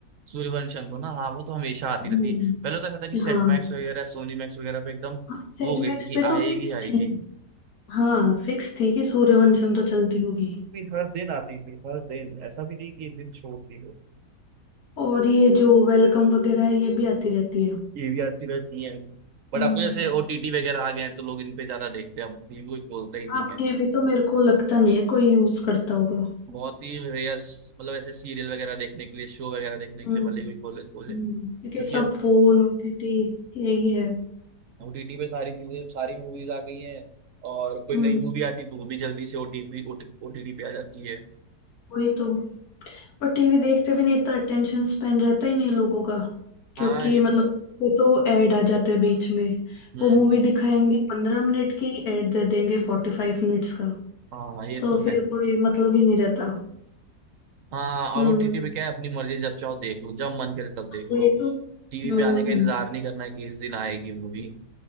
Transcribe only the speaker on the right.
सूर्यवंशम तो ना हाँ वो तो हमेशा आती
रहती है पहले तो ऐसा था कि सेट
मैक्स वगैरह सोनी मैक्स वगैरह पे एकदम
वो हो गई थी कि
आएगी
आएगी
भी हर दिन आती थी हर दिन ऐसा भी नहीं कि एक दिन छोड़ दी हो
ये भी आती रहती है बट
अब जैसे ओटीटी वगैरह आ गए हैं तो लोग इन पे ज्यादा देखते हैं अब भी कोई खोलता ही नहीं
है
बहुत ही रेयर मतलब ऐसे सीरियल वगैरह देखने के लिए शो वगैरह देखने
के लिए भले कोई खोले खोले
क्योंकि
अब
ओटीटी पे सारी चीजें सारी मूवीज आ गई हैं और कोई
नई मूवी आती तो वो भी जल्दी से ओटीपी ओटीटी पे आ जाती है
हाँ ये
हम्म
हाँ ये
तो
है
हाँ
और ओटीटी पे क्या है अपनी मर्जी जब चाहो देख लो जब मन करे तब देख
लो
टीवी
पे आने का इंतजार नहीं करना है कि इस दिन आएगी मूवी